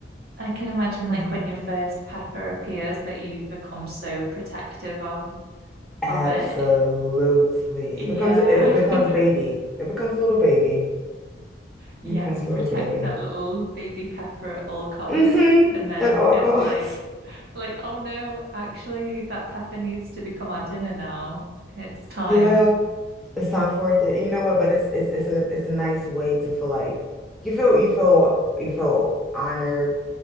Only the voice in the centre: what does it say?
Mhm.
Absolutely.
It becomes a, it it becomes
a baby. It becomes a little baby.
It becomes
a little baby.
Mm-hmm.
At all
costs.
<laughs>
Yeah. It's time for it to, you know what, but it's it's it's a it's a nice way to feel like you feel you feel you feel honored